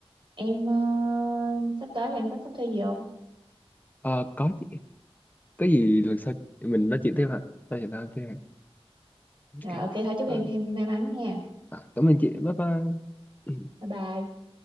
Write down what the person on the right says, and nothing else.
em ờ, sắp tới thì em có sắp thi gì không
rồi ok thôi chúc
em thêm may mắn nha
bye bye